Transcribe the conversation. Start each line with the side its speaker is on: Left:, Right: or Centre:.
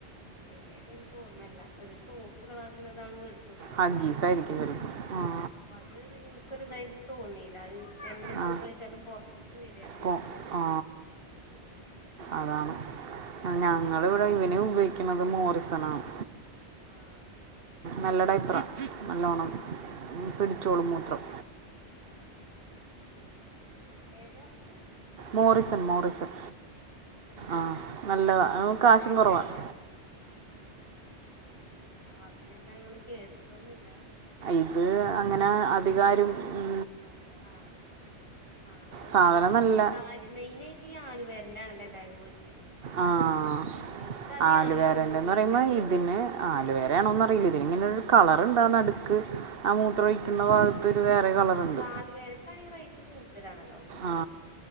Left: വേറെ ഏത എനിക്ക് ഓർമ്മല്ല ഒരു സോപ്പ് കളർ ഉള്ളതാണ് മേടിച്ചുൊളിക്കത്
Right: ഹഗ്ഗീസ്
Left: അപ്പൊ
Right: ആയിരിക്കും
Left: അത്
Right: ചിലപ്പോൾ ആ
Left: അപ്പൊ അത് ൻക്കൊരു ഇതായത് തോന്നീയില്ല അത് എങ്ങനെ മൂത്രം
Right: ആ
Left: വെച്ചാലും പൊറത്തേക്ക് വരിക മൂത്രം
Right: പോ ആ
Left: ആഹ
Right: അതാണ് ഞങ്ങള ഇവിടെ ഇവന ഉപയോഗിക്കുന്നത് മോറിസൺ ആണ്
Left: ആഹ
Right: നല്ല ടൈപ്പറാണ് നല്ലവണ്ണം പിടിച്ചോളൂ മൂത്രം
Left: ആഹ ശരി ഏതാഞ്ഞ
Right: മോറിസൺ മോറിസൺ
Left: ആഹ്
Right: ആഹ നല്ലതാണ്
Left: കൊറേണ്ടല്ലോ
Right: കാശും കുറവാാണ്
Left: അത് ഞന്ന അങ്ങനെ കേൾട്ടൊുന്നില്ല
Right: ഇത് അങ്ങനെ അധികാരം ഉ
Left: ആഹ് ആ അതോയി
Right: സാധനം നല്ല
Left: കാല മെയിനായിട്ട് ഈ ആല് പേര ആണല്ല എല്ലാരും വേടിച്ചല്
Right: ആഹ
Left: ആ ഇൻക്കതേ
Right: ആലുവേരന്റെന്ന്
Left: അറിയുള്ളൂ പിന്നെ
Right: പറയുമ്പോ
Left: ഒന്ന്
Right: ഇതിന്
Left: പ്രാവശ്യം
Right: ആലുവേരയാണോന്ന് അറിയില്ല ഇതി ഇങ്ങനെരു കളറ്ണ്ടാ നടുക്ക് ആ മൂത്രൊഴിക്കുന്ന ഭാഗത്ത് ഒരു വേറെ കളറ്ണ്ട്
Left: അല്ല ആലുവേരക്കാണെങ്കി റേറ്റ് കൂടുതലാണല്ലോ
Right: ആ